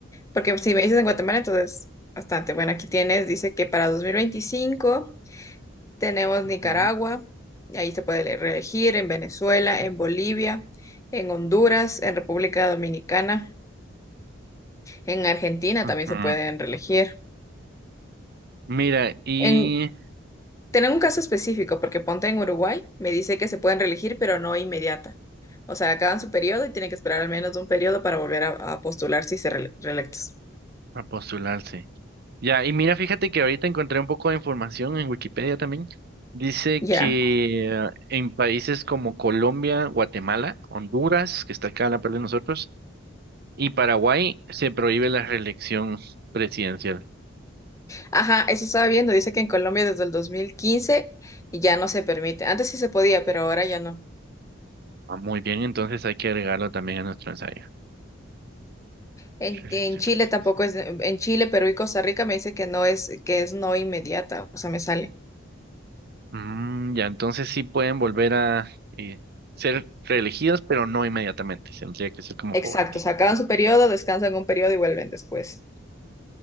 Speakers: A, on the left; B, on the right.
A: Porque si me dices en Guatemala, entonces bastante. Bueno, aquí tienes, dice que para 2025 tenemos
B: ujú.
A: Nicaragua, y ahí se puede le- reelegir, en Venezuela, en Bolivia, en Honduras, en República Dominicana, en Argentina
B: Ajá.
A: también se pueden reelegir.
B: Mira, y
A: En, tener un caso específico, porque ponte en Uruguay, me dice que se pueden reelegir, pero no inmediata. O sea, acaban su periodo y tienen que esperar al menos un periodo para volver a, a postular si se re- reelectos.
B: a postularse. Ya, y mira, fíjate que ahorita encontré un poco de información en Wikipedia también. Dice
A: Ya.
B: que eh, en países como Colombia, Guatemala, Honduras, que está acá a la par de nosotros, y Paraguay se prohíbe la reelección presidencial.
A: Ajá, eso estaba viendo. Dice que en Colombia desde el 2015 ya no se permite. Antes sí se podía, pero ahora ya no.
B: Ah, muy bien, entonces hay que agregarlo también a nuestro ensayo.
A: En,
B: Reelección
A: en Chile
B: presidencial.
A: tampoco es, en Chile, Perú y Costa Rica me dice que no es, que es no inmediata, o sea, me sale.
B: Mm, ya, entonces sí pueden volver a eh, ser reelegidos, pero no inmediatamente. Tendría que ser como
A: Exacto,
B: paulatina.
A: o sea, acaban su periodo, descansan un periodo y vuelven después.